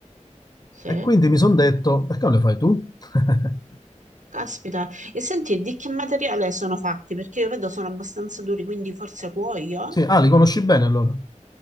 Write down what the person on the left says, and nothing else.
E quindi mi sono detto, perché non le fai tu? <laughs>
Sì, ah, li conosci bene allora?